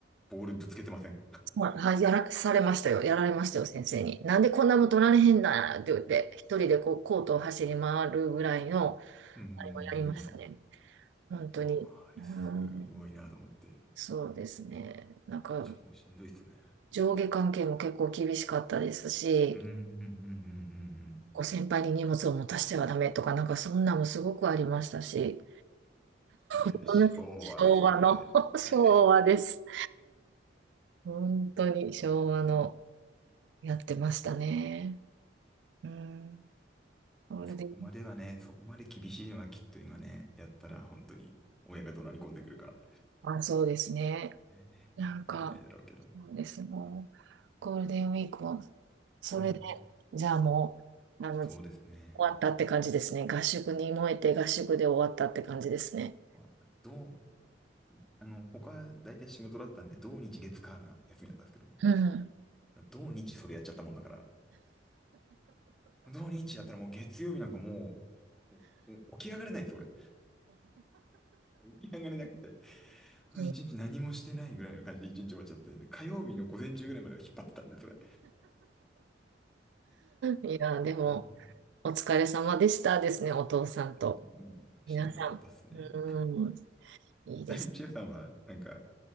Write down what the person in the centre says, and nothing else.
ボールぶつけてません
うんうんうんうん。
ああ、あれすごいなと思って。
超しんどいっすね。
うんうんうんうんうん
うん。いや、
昭和ですよね。
<laughs>
うん
そこまではね、そこまで厳しいのはきっと今ね、やったら本当に親が怒鳴り込んでくるから、
ねできないだろうけど。
うん、
そうですね。
まあ、どう、あの、他、大体仕事だったんで、土日月火が休みだったんですけど、
土日それやっちゃったもんだから、土日やったらもう月曜日なんかもう、おお起き上がれないんですよ、俺。起き上がれなくて、うん一日何もしてないぐらいの感じで一日終わっちゃって、
火曜日の午前中ぐらいまでは引っ張ってたんで、それ。
だう
ん、しんどかったっすね。
<laughs> チェさんは、なんか、